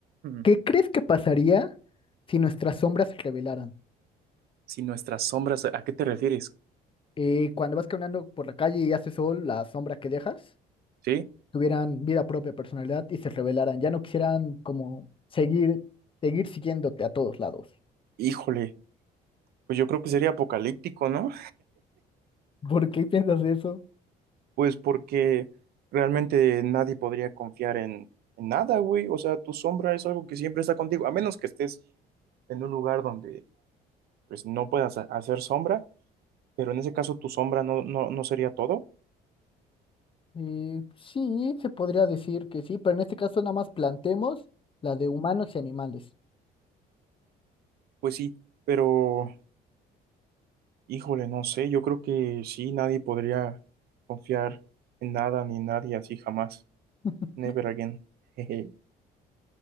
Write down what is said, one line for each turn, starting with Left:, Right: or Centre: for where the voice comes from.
Right: Mm,
Left: ¿Qué crees que pasaría si nuestras sombras se revelaran?
Right: Si nuestras sombras, ¿a qué te refieres?
Left: Eh, cuando vas caminando por la calle y hace sol, la sombra que dejas
Right: ¿Sí?
Left: tuvieran vida propia, personalidad y se revelaran. Ya no quisieran como seguir, seguir siguiéndote a todos lados.
Right: Híjole, pues yo creo que sería apocalíptico, ¿no?
Left: ¿Por qué piensas de eso?
Right: Pues porque realmente nadie podría confiar en, en nada, güey. O sea, tu sombra es algo que siempre está contigo, a menos que estés en un lugar donde pues no puedas ha- hacer sombra, pero en ese caso tu sombra no, no, no sería todo.
Left: Eh, sí, se podría decir que sí, pero en este caso nada más planteemos la de humanos y animales.
Right: Pues sí, pero híjole, no sé, yo creo que sí, nadie podría confiar en nada ni nadie así jamás.
Left: <laughs>
Right: Never again. <laughs>